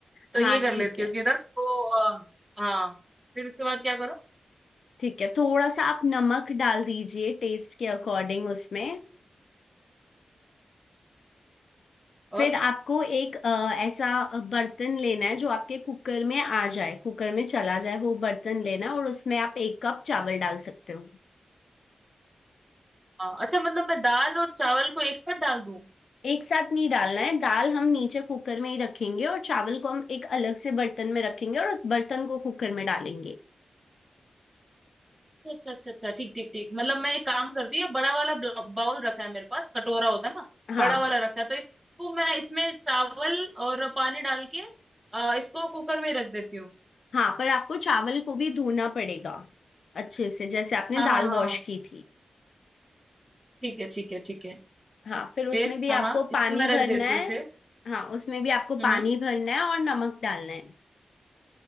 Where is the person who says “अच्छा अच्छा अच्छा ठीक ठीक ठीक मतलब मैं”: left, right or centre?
Right